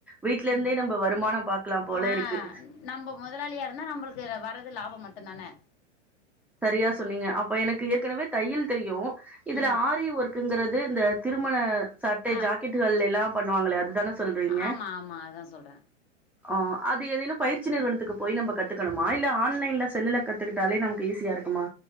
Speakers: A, in the centre; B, on the left.
A: வீட்ல
B: ம்
A: இருந்தே நம்ம வருமானம் பாக்கலாம் போல
B: ஆ
A: இருக்கு.
B: நம்ம முதலாளியா இருந்தா நம்மளுக்கு வரது லாபம் மட்டுந்தான
A: சரியா சொன்னீங்க. அப்ப எனக்கு ஏற்கெனவே தையல் தெரியும். இதுல
B: ம்
A: ஆரி ஒர்க்கங்கிறது <unintelligible> இந்த திருமண சட்டை
B: ஆ
A: ஜாக்கெட்டுகள்ளெல்லா பண்ணுவாங்களே அதுதானே சொல்றீங்க
B: ஆமா ஆமா அதா சொல்ற
A: ஆ அது ஏதேனு பயிற்சி நிறுவனத்துக்கு போய் நம்ப கத்துக்கணுமா இல்ல ஆன்லைன்ல செல்லுல கத்துக்கிட்டாலே நமக்கு போ ஈசியா இருக்குமா